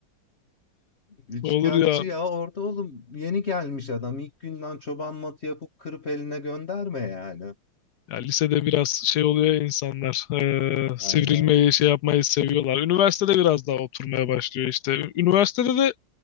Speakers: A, on the left (about 35°); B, on the left (about 60°).
A: Üçkağıtçı
B: Olur ya.
A: ya orada oğlum yeni gelmiş adam. İlk günden çoban matı yapıp kırıp eline gönderme yani.
B: Ya lisede biraz şey oluyor ya insanlar. e,
A: Aynen.
B: Sivrilmeyi, şey yapmayı seviyorlar. Üniversitede biraz daha oturmaya başlıyor işte. Üniversitede de